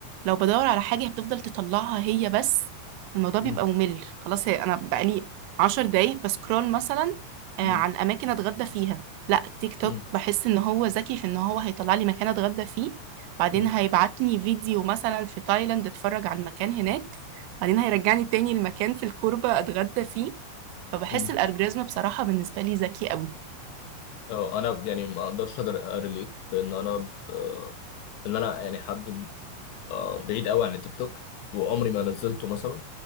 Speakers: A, on the right (about 85°); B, on the left (about 75°).
A: لو بدور على حاجة بتفضل تطلعها هي بس فالموضوع
B: مم.
A: بيبقى ممل خلاص هي انا بقالي عشر دقايق بسكرول مثلا آه
B: مم.
A: عن اماكن اتغدى فيها لا تيك توك
B: مم.
A: بحس ان هو ذكي في ان هو هيطلع لي مكان اتغدى فيه بعدين
B: مم.
A: هيبعتني فيديو مثلا في تايلاند اتفرج على المكان هناك بعدين هيرجعني تاني المكان في الكوربة اتغدى فيه فبحس
B: مم.
A: الالجوريزم بصراحة بالنسبة لي ذكي قوي
B: اه انا يعني ما اقدرش اريليت لان انا آه ان انا يعني حد آه، بعيد قوي عن التيك توك وعمري ما نزلته مثلا